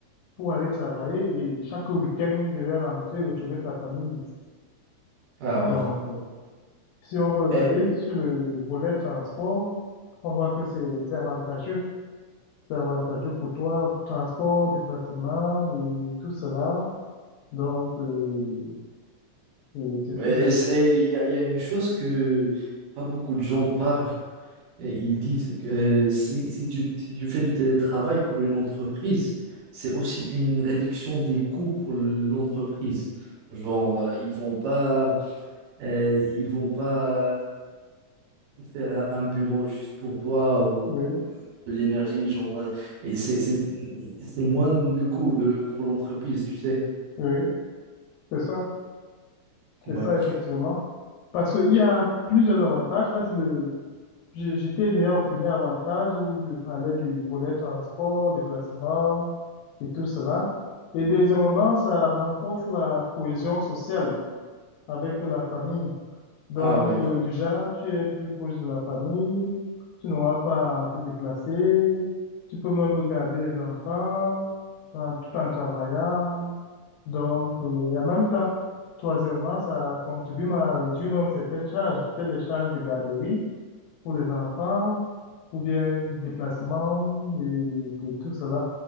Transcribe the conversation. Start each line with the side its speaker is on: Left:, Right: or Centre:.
Left: pour aller travailler et chaque week-end, il devait rentrer, retrouver sa famille. ici.
Right: Ah ouais.
Left: Donc, euh, si on veut regarder
Right: Et
Left: sur le volet transport, on voit que c'est c'est avantageux. C'est avantageux pour toi, transport, déplacement et tout cela. Donc, euh, c'est c'est
Right: ouais,
Left: plus...
Right: et c'est- et il y a, il y a une chose que pas beaucoup de gens parlent, Et ils disent que euh, si, si tu, si tu fais du télétravail pour une entreprise, c'est aussi une réduction des coûts pour l'entreprise. Genre, euh, ils vont pas, euh, ils vont pas faire un bureau juste pour toi ou
Left: Oui,
Right: de l'énergie. Genre, euh, et c'est, c'est, c'est moins de coûts de, pour l'entreprise, tu sais.
Left: oui, c'est ça. C'est
Right: Ouais.
Left: ça, effectivement. Parce qu'il y a plusieurs avantages. Ça, c'est le... je- J'étais déjà au premier avantage où je parlais du volet transport, déplacement, et tout cela. Et deuxièmement, ça renforce la cohésion sociale avec la famille. Donc,
Right: Ah ouais.
Left: euh, déjà, tu es plus proche de la famille, tu n'auras pas à te déplacer, tu peux même garder les enfants en- tout en travaillant. Donc, euh, et en même temps, troisièmement, ça contribue à réduire même certaines charges, peut-être les charges de garderie pour les enfants ou bien déplacement et, et tout cela.